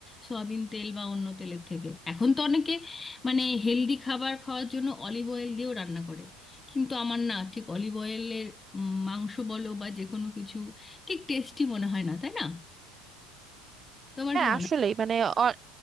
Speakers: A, on the left; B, on the right.
A: সয়াবিন তেল বা অন্য তেলের থেকে এখন তো অনেকে মানে হেলদি খাবার খাওয়ার জন্য অলিভ অয়েল দিয়েও রান্না করে কিন্তু আমার না ঠিক অলিভ অয়েলের মাংস বলো বা যে কোনো কিছু ঠিক টেস্টি মনে হয় না তাই না তোমার
B: হ্যাঁ
A: কি মনে
B: আসলেই
A: হয়
B: মানে অ-